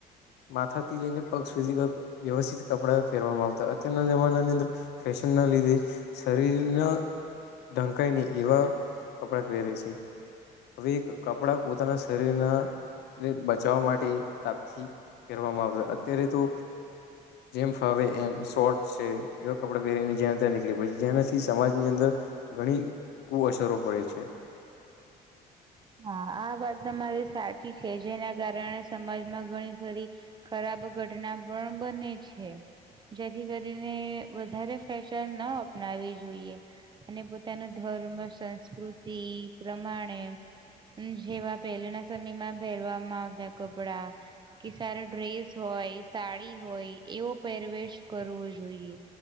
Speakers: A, on the left; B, on the right.
A: માથાથી લઈને પગ સુધીના વ્યવસ્થિત કપડા પહેરવામાં આવતા, અત્યારના જમાનાની અંદર ફેશન લીધે, શરીરના ઢંકાઈ નહિં, એવા કપડાં પહેરે છે. હવે એક કપડા પોતાના શરીરના ને બચાવવા માટે તાપથી, પહેરવામાં આવતા હતા, અત્યારે તો
B: <inaudible>
A: જેમ ફાવે એમ, સૉર્ટસ છે, એવા કપડા પહેરી ને જ્યાં ત્યા નીકળી પડે છે, જેનાથી સમાજની અંદર ઘણી કુઅશરો પડે છે.
B: હા, આ વાત તમારી સાચી છે, જેના કારણે સમાજમાં ઘણી ખરી ખરાબ ઘટના પણ બને છે, જેથી કરીને વધારે ફેશ ન ન અપનાવવી જોઈએ. અને પોતાના ધર્મ, સંસ્કૃતિ, પ્રમાણે જેવા પહેલેના સમયમાં પહેરવામાં આવતા કપડા, કે સારો ડ્રેસ હોય, સાડી હોય, એવો પહેરવેશ કરવો જોઈએ.